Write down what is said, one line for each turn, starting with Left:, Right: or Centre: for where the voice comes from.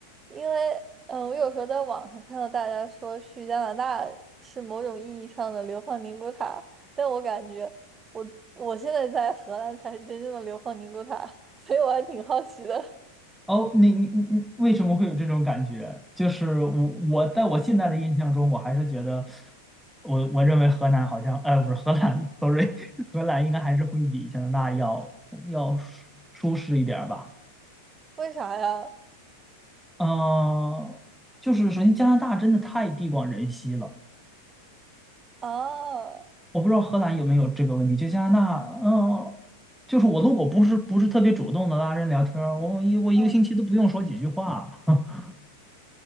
Right: 因为，嗯，我有时候在网上看到大家说去加拿大是某种意义上的流放宁古塔，但我感觉我我现在在荷兰才是真正的流放宁古塔，所以我还挺好奇的，
Centre: 哦，你你你你为什么会有这种感觉？就是我我在我现在的印象中，
Right: <laughs> 嗯，
Centre: 我还是觉得我我认为河南好像，呃，不是河南 s o r r y <laughs> 荷兰应该还是会比加拿大要要舒舒适一点儿吧。
Right: 为啥呀？
Centre: 嗯、就是首先加拿大真的太地广人稀了。
Right: 啊，
Centre: 我不知道荷兰有没有这个问题，就加拿大，嗯，就是我如果不是不是特别主动的拉人聊天儿我一我一个星期都不用说几句话，
Right: 嗯。
Centre: <laughs>